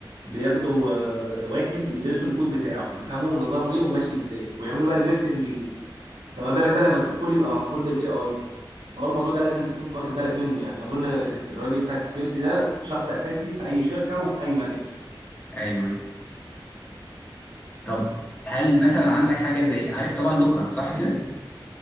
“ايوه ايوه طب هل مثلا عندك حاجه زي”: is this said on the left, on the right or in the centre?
Left